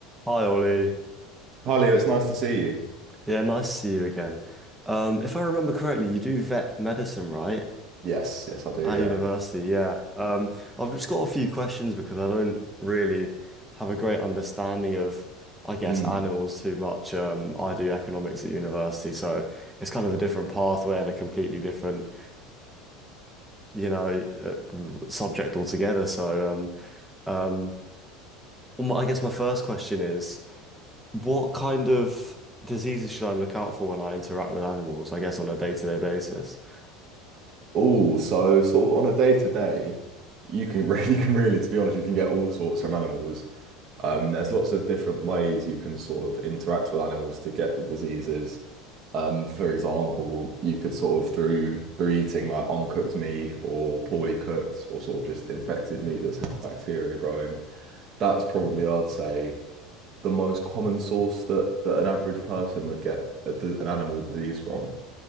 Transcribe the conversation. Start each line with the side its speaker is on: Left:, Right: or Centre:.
Centre: Hi, Ollie.
Right: Hi Leo, it's nice to see you.
Centre: Yeah, nice to see you again. Um, if I remember correctly, you do vet medicine, right?
Right: Yes, yes, I do.
Centre: At
Right: Yeah.
Centre: university, yeah. Um, I've just got a few questions because I don't really have a great understanding of, I guess,
Right: Mm.
Centre: animals too much. Um, I do economics at university, so it's kind of a different pathway and a completely different, you know, uh, subject altogether. So, um, um, well, my- I guess my first question is. What kind of diseases should I look out for when I interact with animals? I guess on a day-to-day basis.
Right: Oh, so sort of on a day to day, you can re <laughs> you can really, to be honest, you can get all sorts from animals. Um, there's lots of different ways you can sort of interact with animals to get the diseases. Um, for example, you could sort of through through eating like uncooked meat or poorly cooked or sort of just infected meat that's had bacteria growing. That's probably, I'd say, the most common source that that an average person would get a, d- an animal disease from.